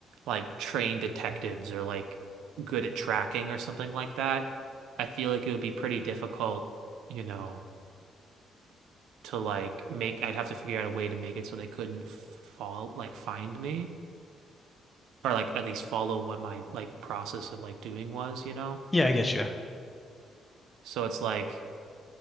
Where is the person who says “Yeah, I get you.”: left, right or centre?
Left